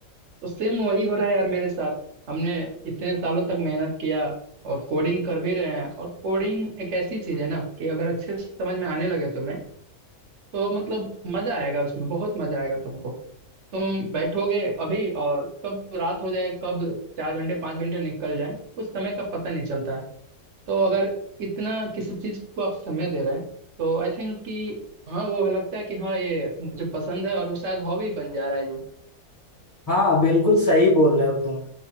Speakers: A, on the right; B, on the left.
A: तो सेम वही हो रहा है यार मेरे साथ हमने इतने सालों तक मेहनत किया और कोडिंग कर भी रहे हैं और कोडिंग एक ऐसी चीज है ना कि अगर अच्छे से समझ में आने लगे तुम्हें तो मतलब मजा आएगा उसमें बहुत मजा आएगा तुमको तुम बैठोगे अभी और कब रात हो जाए कब चार घंटे पांच घंटे निकल जाए उस समय का पता नहीं चलता है तो अगर इतना किसी चीज को आप समय दे रहे हैं तो आई थिंक कि हाँ वो लगता है कि हाँ ये मुझे पसंद है और वो शायद हॉबी बन जा रहा है जी
B: हाँ बिल्कुल सही बोल रहे हो तुम